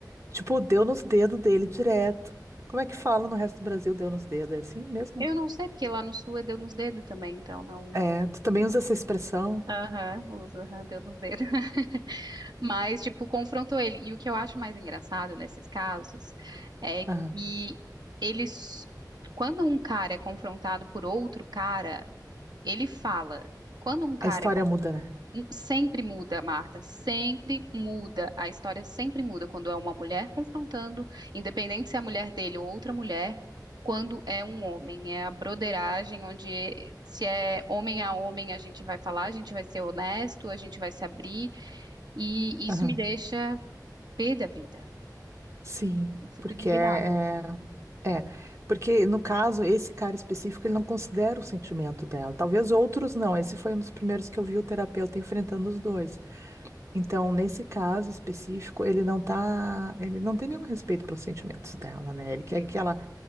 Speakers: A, on the right; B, on the right.
A: Tipo, deu nos dedos dele direto. Como é que fala no resto do Brasil, deu nos dedos? É assim mesmo?
B: Eu não sei, porque lá no sul é deu nos dedos também, então não.
A: É, tu também usa essa expressão?
B: Aham, <laughs> uso, aham, deu nos dedos. <laughs> Mas, tipo, confrontou ele. E o que eu acho mais engraçado nesses casos é
A: Ah,
B: que eles. Quando um cara é confrontado por outro cara, ele fala. Quando um cara
A: a história
B: é
A: muda, né?
B: Hum, Sempre muda, Marta, sempre muda. A história sempre muda quando é uma mulher confrontando, independente se é a mulher dele ou outra mulher, quando é um homem. É a broderagem onde e- se é homem a homem a gente vai falar, a gente vai ser honesto, a gente vai se abrir e isso
A: Aham.
B: me deixa pé da vida.
A: Sim,
B: Eu fico
A: porque
B: indignada.
A: é, é, é. Porque no caso, esse cara específico, ele não considera o sentimento dela. Talvez outros não. Esse foi um dos primeiros que eu vi o terapeuta enfrentando os dois. Então, nesse caso específico, ele não tá, ele não tem nenhum respeito pelos sentimentos dela, né? Ele quer que ela